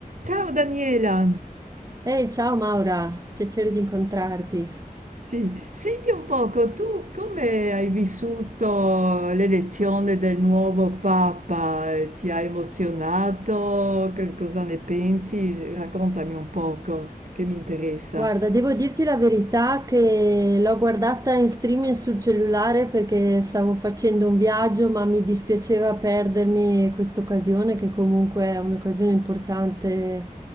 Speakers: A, on the right; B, on the right.
A: Ciao Daniela,
B: Ehi, ciao Maura, piacere di incontrarti.
A: sì, senti un poco, tu come hai vissuto l'elezione del nuovo Papa? Eh, Ti ha emozionato? Che cosa ne pensi? Raccontami un poco, che mi interessa.
B: Guarda, devo dirti la verità che l'ho guardata in streaming sul cellulare perché stavo facendo un viaggio, ma mi dispiaceva perdermi questa occasione, che comunque è un'occasione importante